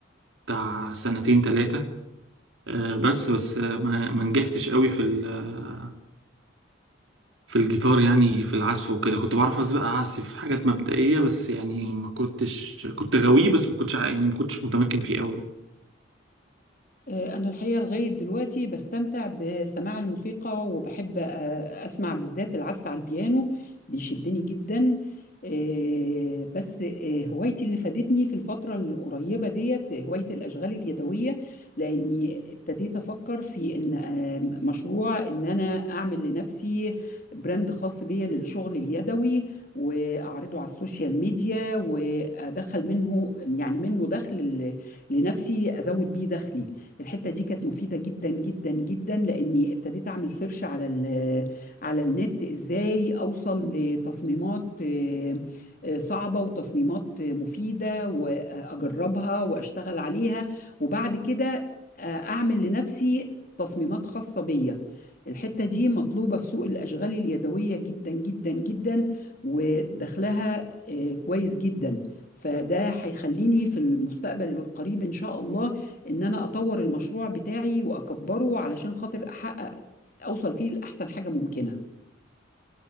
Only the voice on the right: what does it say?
بتاع سنتين تلاتة آه، بس بس آه، ما ما نجحتش قوي في ال- في الجيتار يعني في العزف وكده كنت بعرف أز- بقى اعزف حاجات مبدئية بس يعني ما كنتش كنت غاويه بس ما كنتش ع- يعني ما كنتش متمكن فيه قوي